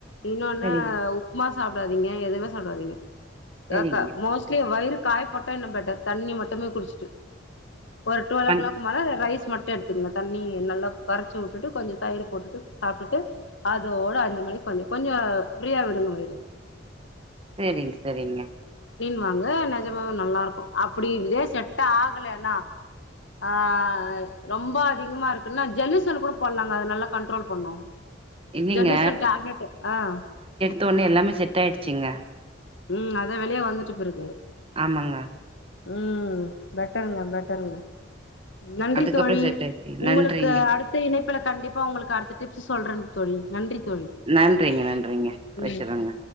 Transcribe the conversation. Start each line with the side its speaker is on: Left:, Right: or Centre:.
Left: இன்னொன்னு
Right: செரிங்க
Left: உப்மா சாப்டாதீங்க எதுமே சாப்டாதீங்க
Right: செரிங்க
Left: கா க மோஸ்ட்லி வயிறு காய போட்டா இன்னு பெட்டர் தண்ணி மட்டுமே குடிச்சுட்டு ஒரு டுவல்
Right: பண்
Left: ஓ கிளாக் மேல ரைஸ் மட்டு எடுத்துக்கங்க தண்ணி நல்லா கரைச்சு விட்டுட்டு கொஞ்சோ தயிர் போட்டுட்டு சாப்ட்டுட்டு அதோட அஞ்சு மணிக்கு கொஞ்சோ கொஞ்சோ ப்ரீயா விடுங்க வயிறு
Right: செரிங்க செரிங்க
Left: நிஜமா நல்லா இருக்கு அப்படி இதே செட்ட ஆகலன்னா ஆஹ் ரொம்ப அதிகமா இருக்குன்னா ஜல்லுசல் கூட போடலாங்க அத நல்லா கண்ட்ரோல் பண்ணோ
Right: இல்லைங்க
Left: ஜல்லுசல் டாப்லெட் ஆஹ்
Right: தோணு எல்லாமே செட் ஆயிடுச்சிங்க
Left: உம் அத வெளியே வந்துட்டு போயிரு
Right: ஆமாங்க
Left: உம் பெட்டருங்க பெட்டருங்க நன்றி
Right: அதுக்கப்புறம்
Left: தோழி
Right: செட் ஆயிடுச்சுங்க
Left: உங்களுக்கு
Right: நன்றிங்க
Left: அடுத்த இணைப்புல கண்டிப்பா உங்களுக்கு அடுத்த டிப்ஸ் சொல்றங் தோழி நன்றி தோழி
Right: நன்றிங்க நன்றிங்க கரெக்ட்டுதாங்க
Left: நன்றி